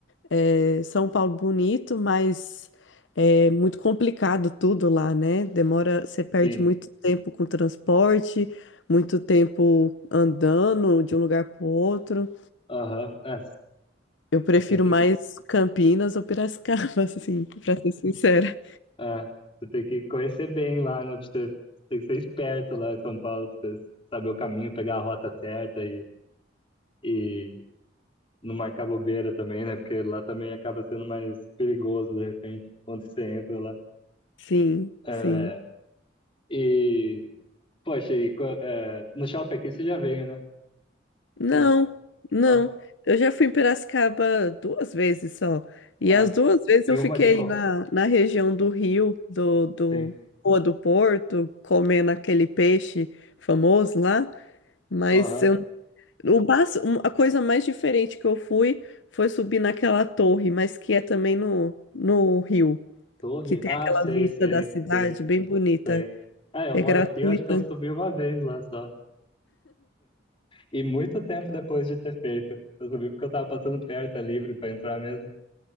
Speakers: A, on the left (about 80°); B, on the left (about 30°).
A: eh, São Paulo bonito, mas é muito complicado tudo lá, né? Demora, você perde
B: sim.
A: muito tempo com transporte, muito tempo andando de um lugar para outro.
B: Aham. É,
A: Eu prefiro
B: você tem que,
A: mais Campinas ou Piracicaba, <laughs> assim, para ser sincera.
B: é, você tem que conhecer bem lá, né? Pra você, você tem que ser esperto lá em São Paulo, pra você saber o caminho, pegar a rota certa e, e não marcar bobeira também, né? Porque lá também acaba sendo mais perigoso, de repente, quando você entra lá.
A: Sim,
B: É,
A: sim.
B: e, poxa, e, co- é, no shopping aqui você já veio, né?
A: Não,
B: Ou não?
A: não.
B: Não?
A: Eu já fui em Piracicaba duas vezes só. E
B: Ah,
A: as duas vezes
B: e
A: eu
B: uma
A: fiquei
B: de cor.
A: na, na região do Rio, do, do
B: Sim.
A: Rua do Porto, comendo aquele peixe famoso lá. Mas
B: Aham.
A: eu, o bas- um- a coisa mais diferente que eu fui foi subir naquela torre, mas que é também no, no Rio,
B: Torre?
A: que tem
B: Ah,
A: aquela
B: sei,
A: vista
B: sei,
A: da cidade
B: sei.
A: bem bonita.
B: Sei. É, eu
A: É
B: moro
A: gratuita.
B: aqui, eu acho que eu subi uma vez lá só. E muito tempo depois de ter feito. Eu subi porque eu tava passando perto, é livre pra entrar mesmo.